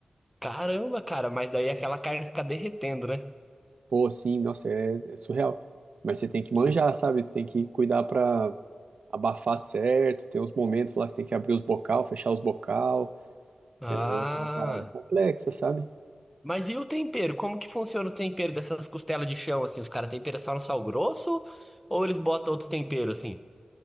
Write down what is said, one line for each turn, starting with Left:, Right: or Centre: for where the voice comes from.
Centre: Caramba, cara. Mas daí aquela carne fica derretendo, né?
Right: Pô, assim, nossa, é, é surreal. Mas você tem que manjar,
Centre: Sim.
Right: sabe? Tem que cuidar pra abafar certo, tem uns momentos lá que você tem que abrir os bocal, fechar os bocal,
Centre: Ah.
Right: é um- uma parada complexa, sabe?
Centre: Mas e o tempero? Como que funciona o tempero dessas costelas de chão, assim? Os caras temperam só no sal grosso? Ou eles botam outros temperos, assim?